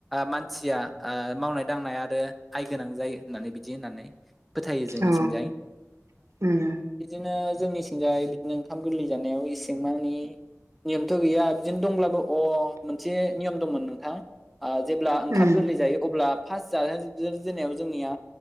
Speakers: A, in the centre; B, on the right.
A: मानसिया मावनाय दांनाय आरो आइ गोनां जायो होननानै बिदि होननानै फोथायो जोंनिथिंजाय,
B: औ उम
A: बिदिनो जोंनिथिंजाय बिदिनो ओंखाम गोरलै जानायाव इसेंमानि नियमथ' गैया बिदिनो दंब्लाबो अ मोनसे नियम दंमोन नोंथाङ। जेब्ला ओंखाम
B: उम
A: गोरलै जायो अब्ला फार्स्ट जाजेननायावनो जोंनिया।